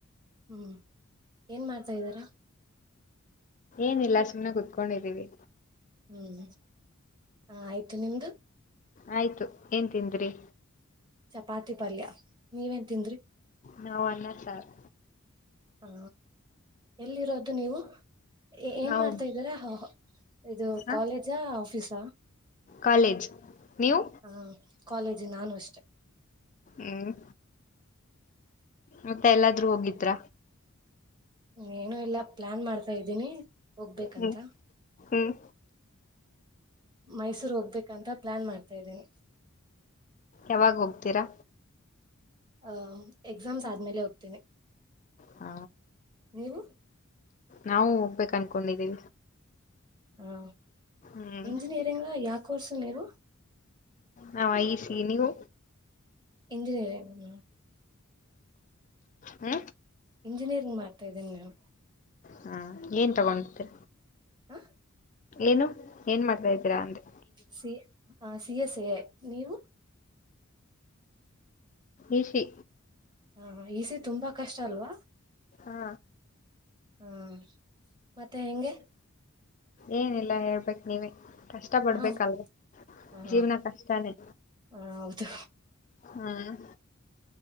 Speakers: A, on the right; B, on the left.
A: ಹ್ಮ್ ಏನ್ ಮಾಡ್ತಾ ಇದ್ದಾರ
B: ಏನ ಇಲ್ಲ ಸುಮ್ನೆ ಕುೂತ್ಕೊಂಡಿದ್ದೀವಿ
A: ಹ್ಮ್ ಹ ಆಯ್ತು ಮ ನಿಮ್ದು <unintelligible>
B: ಆಯ್ತು ಏನ್ ತಿಂದ್ರಿ
A: ಚಪಾತಿ ಪಲ್ಯ ನೀವೇನ್ ತಿಂದ್ರಿ
B: ನಾವು ಅನ್ನ ಸಾರ್
A: ಹಾ ಎಲ್ಲಿರೋದು ನೀವು ಏನ್
B: ನಾವು
A: ಮಾಡ್ತಾ ಇದ್ದೀರ ಇದು
B: ಹ
A: ಕಾಲೇಜ ಆಫೀಸ
B: ಕಾಲೇಜ್ ನೀವು
A: ಹ ಕಾಲೇಜ್ ನಾನು ಅಷ್ಟೇ
B: ಹ್ಮ್ ಮತ್ತ ಎಲ್ಲಾದ್ರೂ ಹೋಗಿದ್ರ
A: ಏನು ಎಲ್ಲಾ ಪ್ಲಾನ್ ಮಾಡ್ತಾ ಇದ್ದೀನಿ ಹೋಗ್ಬೇಕಂತ
B: ಹ್ಮ್ ಹ್ಮ್
A: ಮೈಸ್ ಹೋಗ್ಬೇಕಂತ ಪ್ಲಾನ್ ಮಾಡ್ತಾ ಇದ್ದೀನಿ
B: ಯಾವಾಗ ಹೋಗ್ತೀರಾ
A: ಆ -ಎಕ್ಸಾಮ್ಸ್ ಆದ್ಮೇಲೆ ಹೋಗ್ತೇನಿ
B: ಹ
A: ನೀವು
B: ನಾವು ಹೋಗ್ಬೇಕ ಅನ್ಕೊಂಡಿದ್ದೀವಿ
A: ಹಾ
B: ಹ್ಮ್
A: ಇಂಜಿನಿಯರಿಂಗ್ ಲ ಯಾವ ಕರ್ಸು ನೀವು
B: ನಾವ ಇಸಿ ನೀವು
A: ಎಂಜಿನರೆ ಹ್ಮ
B: ಹ್ಮ
A: ಇಂಜಿನಿಯರಿಂಗ್ ಮಾಡ್ತಾ ಇದೇನಿ ಮ್ಯಾ
B: ಹಾ ಏನ್ ತಗೊಂಡತರಿ
A: ಹ್ಮ
B: ಏನು ಏನ್ ಮಾಡ್ತಾ ಇದ್ದೀರಾ ಅಂದ್ರೆ
A: ಸ ಹ <unintelligible> ಸಿ ಎ ಸಿ ನೀವು
B: ಈಸಿ
A: ಹಾ ಹಾ ಈಸಿ ತುಂಬಾ ಕಷ್ಟ ಅಲ್ವಾ
B: ಹಾ
A: ಹ್ಮ್ ಮತ್ತೆ ಹೆಂಗೆ
B: ಏನಲ್ಲಾ ಹೇಳ್ಬೇಕ್ ನೀವೇ ಕಷ್ಟ ಪಡ್ಬೇಕಲ್ವಾ
A: ಹ ಹಾ
B: ಜೀವನ ಕಷ್ಟಾನೇ
A: ಹ ಹೌದು
B: ಹ್ಮ್